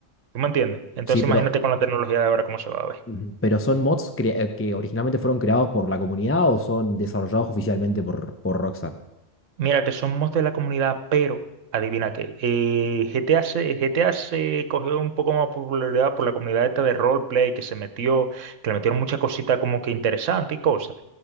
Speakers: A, on the right; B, on the left.
A: ¿Tú me entiendes? Entonces,
B: Sí, pero
A: imagínate con la tecnología de ahora cómo se va a ver.
B: Ujú. ¿Pero son mods crea- eh, que originalmente fueron creados por la comunidad o son desarrollados oficialmente por, por Rockstar?
A: Mira, que son mods de la comunidad, pero adivina qué. Eh, GTA se, GTA se cogió un poco más popularidad por la comunidad esta de roleplay que se metió, que le metieron muchas cositas como que interesantes y cosas.